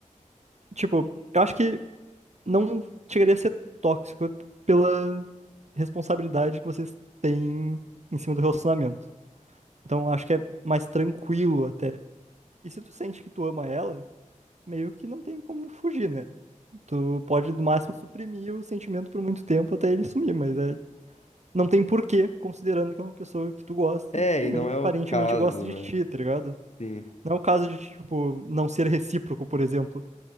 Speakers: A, on the right; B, on the left.
A: tipo, eu acho que não chegaria a ser tóxico é pela responsabilidade que vocês têm em cima do relacionamento. Então, eu acho que é mais tranquilo até. E se tu sente que tu ama ela, meio que não tem como fugir, né? Tu pode, no máximo, suprimir o sentimento por muito tempo até ele sumir, mas é não tem porquê, considerando que é uma pessoa que tu gosta
B: É,
A: e que também
B: e não é
A: aparentemente
B: o caso,
A: gosta de
B: né?
A: ti, tá ligado?
B: Sim.
A: Não é o caso de, tipo, não ser recíproco, por exemplo.